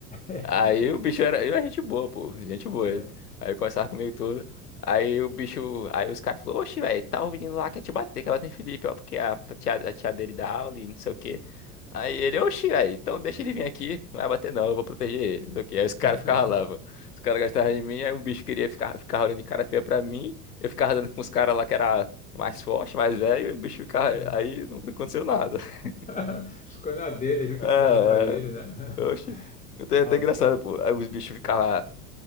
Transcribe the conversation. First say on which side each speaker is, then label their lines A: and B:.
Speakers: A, on the left (about 15°); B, on the left (about 75°).
A: é,
B: Aí o bicho era. Ele era gente boa, pô. Gente boa
A: é.
B: ele. Aí conversava comigo tudo. Aí o bicho. Aí os caras falaram, oxe, velho, tá o menino lá quer te bater, que ela tem Felipe, ó, porque a tia, a tia dele dá aula e não sei o quê. Aí ele, oxe, velho, então deixa ele vir aqui, não vai bater não, eu vou proteger ele. Não sei o quê. Aí os caras
A: <laughs>
B: ficavam lá, pô. Os caras gastavam de mim, aí o bicho queria ficar, ficar olhando de cara feia pra mim. Eu ficava dando com os caras lá que era mais forte, mais velho, e o bicho ficava.
A: é.
B: Aí não aconteceu nada. <laughs>
A: <laughs> Escolha dele, viu
B: É,
A: que não dava para ele, né? <laughs>
B: Oxi. Até,
A: Ah,
B: até engraçado,
A: Rapaz.
B: pô. Aí os bichos ficavam,